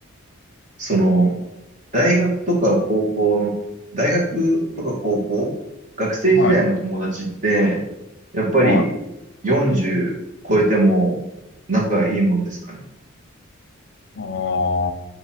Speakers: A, on the right; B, on the left.
A: その、大学とか高校の、大学とか高校、学生時代の友達って、
B: はい、
A: やっぱり40超えても仲がいいもんですかね。
B: はい。ああ、